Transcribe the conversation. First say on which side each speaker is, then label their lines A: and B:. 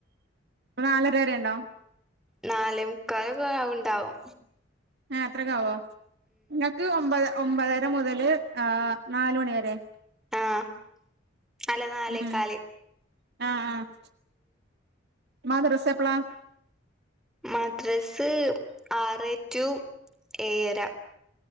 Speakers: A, on the right; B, in the centre.
A: <unintelligible> നാലര വരെ ഒണ്ടോ?
B: നാലേമുക്കാലൊക്കെ ആവുണ്ടാണ്ടാവും.
A: ഏഹ് അത്രയുമൊക്കെ ആവുമോ? നിങ്ങൾക്ക് ഒൻപത് ഒൻപതര മുതൽ ആഹ് നാല് മണി വരെ.
B: ആഹ് അല്ല നാലേക്കാൽ
A: ഉം ആഹ് ആഹ് മദ്രസ എപ്പളാ
B: മദ്രസ് ആറേ ടു ഏഴര